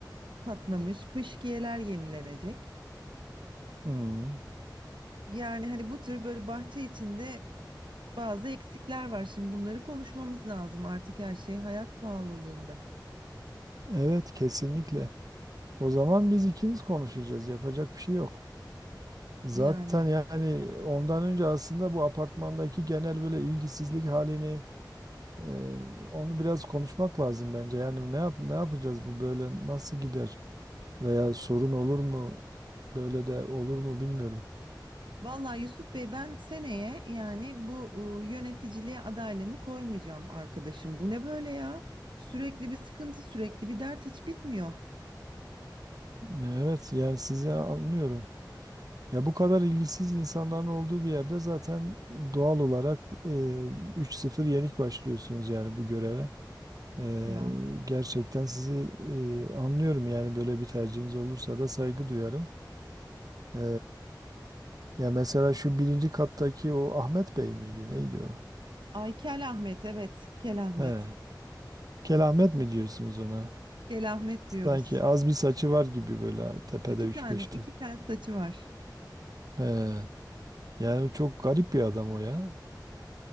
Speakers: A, on the right; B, on the right.
A: patlamış. Fışkiyeler yenilenecek.
B: Hmm,
A: Yani hani bu tür böyle bahçe içinde bazı eksikler var. Şimdi bunları konuşmamız lazım artık her şey hayat pahalılığında.
B: Evet kesinlikle. O zaman biz ikimiz konuşacağız. Yapacak bir şey yok. Zaten
A: Yani
B: yani ondan önce aslında bu apartmandaki genel böyle ilgisizlik halini e, onu biraz konuşmak lazım bence. Yani ne yap ne yapacağız bu böyle nasıl gider veya sorun olur mu böyle de olur mu bilmiyorum.
A: vallahi Yusuf Bey ben seneye yani bu ıı, yöneticiliğe adaylığımı koymayacağım arkadaşım. Bu ne böyle ya? Sürekli bir sıkıntı, sürekli bir dert hiç bitmiyor.
B: Evet yani sizi anlıyorum. Ya bu kadar ilgisiz insanların olduğu bir yerde zaten doğal olarak e, 3-0 yenik başlıyorsunuz yani bu göreve. E,
A: Ya.
B: gerçekten sizi e, anlıyorum yani böyle bir tercihiniz olursa da saygı duyarım. E, ya mesela şu birinci kattaki o Ahmet Bey miydi neydi o?
A: Ay Kel Ahmet evet Kel Ahmet.
B: He, Kelahmet mi diyorsunuz ona?
A: Kel Ahmet
B: Sanki
A: diyoruz.
B: az bir saçı var gibi böyle tepede
A: İki
B: 3-5'te.
A: tane iki tel saçı var.
B: He, yani çok garip bir adam o ya.